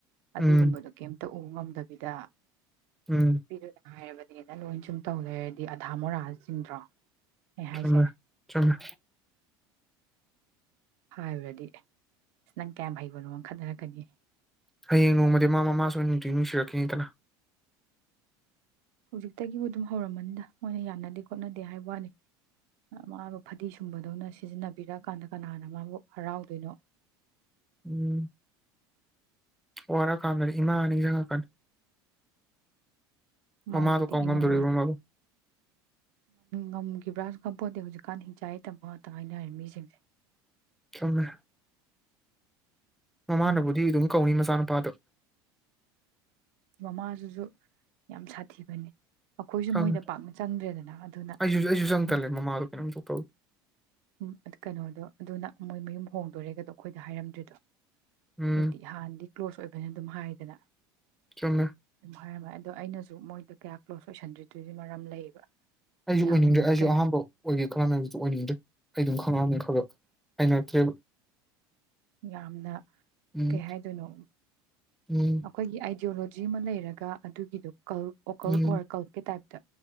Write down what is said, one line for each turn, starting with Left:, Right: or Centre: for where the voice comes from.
Right: ꯑꯗꯨꯒꯨꯝꯕꯗꯨ
Centre: ꯎꯝ
Right: ꯀ ꯇ ꯎ ꯉꯝꯗꯕꯤꯗ
Centre: ꯎꯝ
Right: ꯤ ꯍꯥꯏꯥꯏꯔꯕꯅꯤ ꯅꯪ ꯂꯣꯏꯅ ꯁꯨꯝ ꯇꯧ ꯂꯩꯦ ꯍꯥꯏꯔꯗꯤ ꯑꯙꯥ ꯃꯣꯔꯥ ꯆꯤꯡꯗ꯭ꯔꯣ ꯑꯩ ꯍꯥꯏꯁꯦ
Centre: ꯆꯉꯣ ꯆꯉꯣ
Right: ꯍꯥꯏꯨꯔꯗꯤ ꯑꯁ ꯅꯪ ꯀꯌꯥꯝ ꯍꯩꯕꯅꯣ ꯈꯟꯅꯔꯛꯀꯅꯤ
Centre: ꯍꯌꯦꯡ ꯅꯣꯡꯃꯗꯤ ꯃꯥ ꯃꯃꯥꯁꯨ ꯅꯨꯡꯇꯤ ꯅꯨꯡꯁꯤꯔꯛꯈꯤꯅꯤꯗꯅ
Right: ꯍꯧꯖꯤꯛꯇꯒꯤꯕꯨ ꯑꯗꯨꯝ ꯍꯧꯔꯝꯃꯟꯗ ꯃꯣꯏꯅ ꯌꯥꯅꯗꯦ ꯈꯣꯠꯅꯗꯦ ꯍꯥꯏꯕ ꯋꯥꯅꯤ ꯃꯥꯕꯨ ꯐꯗꯤ ꯁꯨꯝꯕꯗꯧꯅ ꯁꯤꯖꯤꯟꯅꯕꯤꯔꯛꯑꯀꯥꯟꯗ ꯀꯅꯥꯅ ꯃꯥꯕꯨ ꯍꯔꯥꯎꯗꯣꯏꯅꯣ
Centre: ꯎꯝ ꯋꯥꯔꯥ ꯀꯥꯟꯗꯗꯤ ꯏꯃꯥ ꯍꯥꯏꯅ ꯅꯤꯡꯁꯪꯉꯛꯀꯅꯤ ꯃꯃꯥꯗꯣ
Right: ꯃꯥꯒꯤꯗꯤ
Centre: ꯀꯥꯎꯉꯝꯗꯣꯔꯤꯕꯣ
Right: ꯏꯃꯥ
Centre: ꯃꯥꯕꯣ
Right: ꯉꯝꯈꯤꯕ꯭ꯔꯥꯁꯨ ꯈꯔꯄꯣꯠꯇꯦ ꯍꯧꯖꯤꯛꯀꯥꯟ ꯍꯤꯡꯆꯥꯥꯏ ꯌꯥꯏꯇꯝꯕ ꯉꯥꯛꯇ ꯉꯥꯏꯅꯔꯦ ꯃꯤꯁꯤꯡꯁꯦ
Centre: ꯆꯨꯃꯦ ꯃꯃꯥꯅꯕꯨꯗꯤ
Right: ꯑꯗꯨꯅ
Centre: ꯑꯗꯨꯝ ꯀꯧꯅꯤ ꯃꯆꯥꯅ ꯄꯥꯗꯨ
Right: ꯃꯃꯥꯁꯤꯁꯨ ꯌꯥꯝ ꯁꯥꯊꯤꯕꯅꯦ ꯑꯩꯈꯣꯏꯁꯨ
Centre: ꯈꯪ
Right: ꯃꯣꯏꯅ ꯄꯥꯛꯅ ꯆꯪꯗ꯭ꯔꯦꯗꯅ ꯑꯗꯨꯅ
Centre: ꯑꯩꯁꯨ ꯑꯩꯁꯨ ꯆꯪ
Right: ꯎꯝ
Centre: ꯇꯜꯂꯦ ꯃꯃꯥꯗꯣ ꯀꯩꯅꯣꯝ ꯇꯧ ꯇꯧꯋꯤ
Right: ꯎꯝ ꯀꯩꯅꯣꯗꯣ ꯑꯗꯨꯅ ꯃꯣꯏ ꯃꯌꯨꯝ ꯍꯣꯡꯗꯣꯔꯦꯒꯗꯣ ꯑꯩꯈꯣꯏꯗ ꯍꯥꯏꯔꯝꯗ꯭ꯔꯤꯗꯣ
Centre: ꯎꯝ
Right: ꯍꯥꯏꯗꯤ ꯍꯥꯟꯗꯤ ꯀ꯭ꯂꯣꯁ ꯑꯣꯏꯕꯅꯤ ꯑꯗꯨꯝ ꯍꯥꯏꯗꯅ
Centre: ꯆꯨꯃꯦ
Right: ꯐꯔ ꯃꯥ ꯑꯗꯣ ꯑꯩꯅꯁꯨ ꯃꯣꯏꯗ ꯀꯌꯥ ꯀ꯭ꯂꯣꯁ ꯑꯣꯏꯁꯟꯗ꯭ꯔꯤꯗꯨꯣꯏꯒꯤ ꯃꯔꯝ ꯂꯩꯌꯦꯕ
Centre: ꯑꯩꯁꯨ
Right: ꯌꯥꯝꯅ
Centre: ꯑꯣꯏꯅꯤꯡꯗ꯭ꯔꯦ ꯑꯩꯁꯨ
Right: ꯀꯩ
Centre: ꯑꯍꯥꯟꯕ
Right: ꯍꯥꯏ
Centre: ꯑꯣꯏꯒꯦ ꯈꯟꯂꯝꯃꯦ ꯑꯗꯨ ꯑꯣꯏꯅꯤꯡꯗ꯭ꯔꯦ ꯑꯩ ꯑꯗꯨꯝ ꯈꯪꯉꯛꯑꯃꯦ ꯈꯒ ꯍꯩꯅꯔꯛꯇ꯭ꯔꯦꯕ
Right: ꯌꯥꯝꯅ
Centre: ꯎꯝ
Right: ꯀꯩ ꯍꯥꯏꯗꯣꯏꯅꯣ
Centre: ꯎꯝ
Right: ꯑꯩꯈꯣꯏꯒꯤ ꯑꯥꯏꯗ꯭ꯌꯤꯂꯣ ꯖꯤ ꯑꯃ ꯂꯩꯔꯒ ꯑꯗꯨꯒꯤꯗꯣ <unintelligible>
Centre: ꯎꯝ
Right: ꯇꯥꯏꯞ